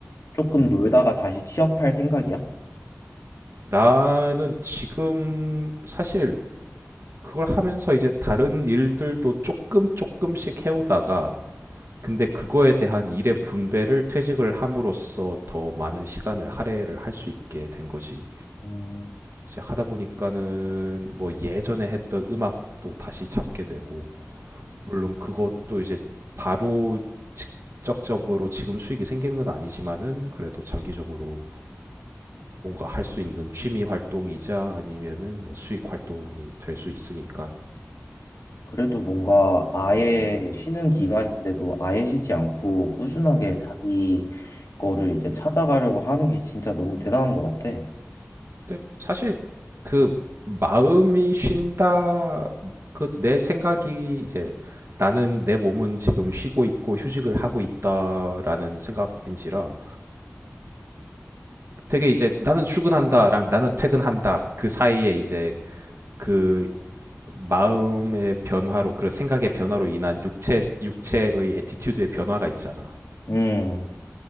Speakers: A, on the left; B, on the right.
A: 조금
B: 음.
A: 놀다가 다시 취업할 생각이야?
B: 나는 지금 사실 그걸 하면서 이제 다른 일들도 조금 조금씩 해오다가 근데 그거에 대한 일의 분배를 퇴직을 함으로써 더 많은 시간을 할애를 할 수 있게 된 거지.
A: 음,
B: 이제 하다 보니까는 뭐 예전에 했던 음악도 다시 잡게 되고 물론 그것도 이제 바로 적적으로 지금 수익이 생기는 건 아니지만은 그래도 장기적으로 뭔가 할 수 있는 취미 활동이자 아니면은 뭐 수익 활동이 될 수 있으니까
A: 그래도 뭔가
B: 음,
A: 아예
B: 음, 음,
A: 쉬는 음, 기간인데도
B: 음,
A: 아예 쉬지 않고 꾸준하게
B: 음,
A: 자기 거를 이제 찾아가려고
B: 음.
A: 하는 게 진짜 너무 대단한 것 같아.
B: 근데 사실 그 마음이 쉰다 그 내 생각이 이제 나는 내 몸은 지금 쉬고 있고 휴식을 하고 있다라는 생각인지라 되게 이제 나는 출근한다랑 나는 퇴근한다 그 사이에 이제 그 마음의 변화로 그런 생각의 변화로 인한 육체 육체의 애티튜드의 변화가 있잖아.
A: 음,